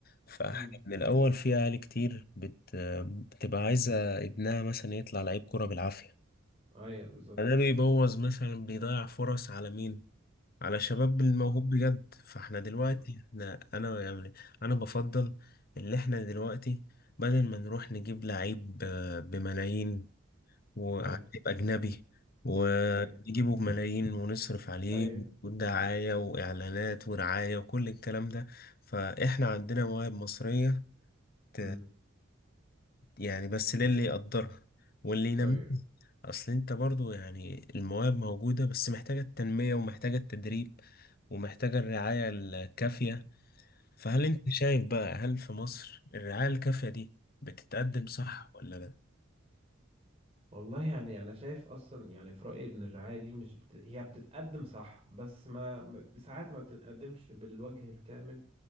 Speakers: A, on the left; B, on the right.
A: فاحنا
B: مم.
A: من الاول في اهالي كتير بت... بتبقى عايزه ابنها مثلا يطلع لعيب كوره بالعافيه
B: أيوه بالظبط
A: ده بيبوظ مثلا بيضيع فرص على مين على شباب الموهوب
B: أه
A: بجد فاحنا دلوقتي
B: بالظبط
A: احنا انا يعني انا بفضل اللي احنا دلوقتي بدل ما نروح نجيب لعيب آه، بملايين وعيب
B: أيوه
A: اجنبي ونجيبه
B: أيوه
A: بملايين ونصرف عليه
B: أيوه
A: ودعاية واعلانات ورعاية وكل الكلام ده فاحنا عندنا مواهب مصرية ت-
B: مم.
A: يعني بس للي يقدرها واللي ينميها
B: أيوه
A: اصل انت برضو يعني المواهب موجودة بس محتاجة التنمية ومحتاجة التدريب ومحتاجة الرعاية الكافية فهل انت شايف بقى هل في مصر الرعاية الكافية دي بتتقدم صح
B: مم.
A: ولا لا؟
B: والله يعني انا شايف اصلا يعني في رايي ان الرعايه دي مش بت... هي بتتقدم صح بس ما ما- ساعات ما بتتقدمش بالوجه الكامل